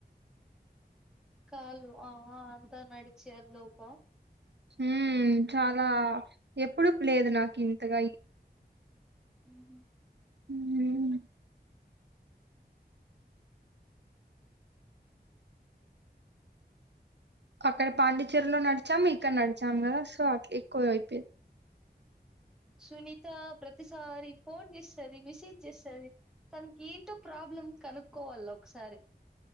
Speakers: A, in the centre; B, on the right.
A: కాలు ఆ ఆ అంతా నడిచే అ లోప
B: హ్మ్ చాలా ఎప్పుడు లేదు నాకు ఇంతగా ఇ
A: అహ
B: ఉమ్ అక్కడ పాండిచ్చేరిలో నడిచాము ఇక్కడ నడిచాం కదా సో అట్లా ఎక్కువ అయిపోంది
A: సునీత ప్రతిసారి ఫోన్ చేస్తది మెసేజ్ చేస్తది తనకి ఏంటో ప్రాబ్ ప్రాబ్లం కనుక్కోవల్ల ఒకసారి